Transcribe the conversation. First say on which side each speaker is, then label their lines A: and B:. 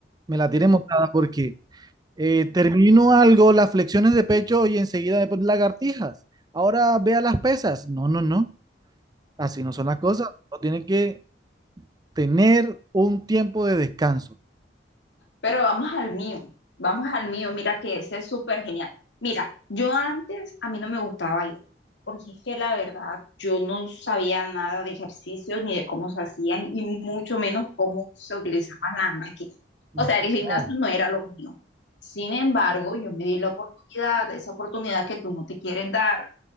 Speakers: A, on the right; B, on the left.
A: me la tiene montada porque eh, termino algo, las flexiones de pecho y enseguida de lagartijas. Ahora vea las pesas. No, no, no, así no son las cosas. Uno tiene que tener un tiempo de descanso.
B: Pero vamos al mío, vamos al mío, mira que ese es súper genial. Mira, yo antes a mí no me gustaba bailar, porque es que la verdad yo no sabía nada de ejercicios ni de cómo se hacían y mucho menos cómo se utilizaban las máquinas. O
A: No,
B: sea, el gimnasio
A: no,
B: no era lo mío. Sin embargo, yo me di la oportunidad, esa oportunidad que tú no te quieres dar